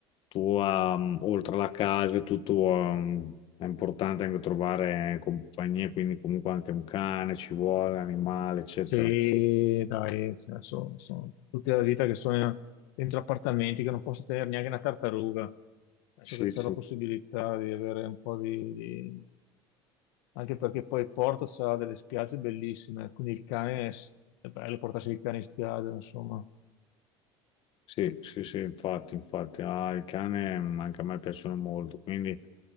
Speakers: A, on the left; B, on the left.
A: tu, ehm, oltre alla casa, e tutto, ehm, è importante anche trovare compagnia, quindi comunque anche un cane ci vuole, animale, eccetera.
B: Sì, dai, sono, sono tutta la vita che sono dentro appartamenti che non posso tenere neanche una tartaruga. Adesso
A: Sì,
B: che c'è
A: sì,
B: la possibilità di avere un po' di, di- anche perché poi il Porto ha delle spiagge bellissime, quindi il cane è è bello portarsi il cane in spiaggia, insomma.
A: sì, sì, sì, infatti, infatti, ah, il cane mm, anche a me piacciono molto, quindi